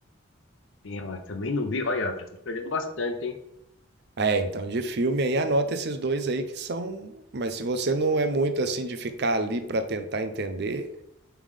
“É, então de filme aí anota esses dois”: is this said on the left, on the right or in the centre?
Right